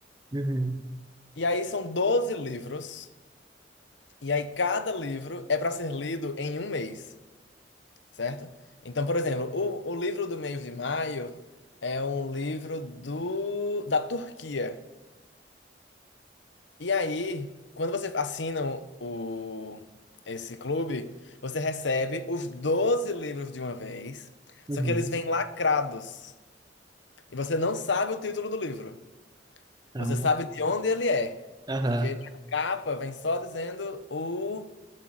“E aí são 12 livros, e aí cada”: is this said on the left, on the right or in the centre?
Left